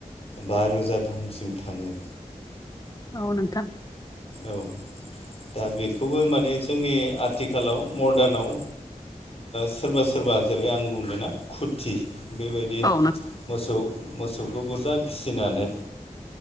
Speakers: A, on the left (about 45°); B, on the left (about 25°).
A: बा रोजा गाहामसिम थाङो।
B: औ नोंथां।
A: औ दा बेखौबो माने जोंनि आथिखाल आथिखालाव मदार्नाव सोरबा सोरबा जेरै आं बुंदों ना खुरथि बेबायदि
B: औ नोंथां औ नोंथां औ नोंथां औ
A: मोसौ मोसौ खौ बुरजा फिसिनानै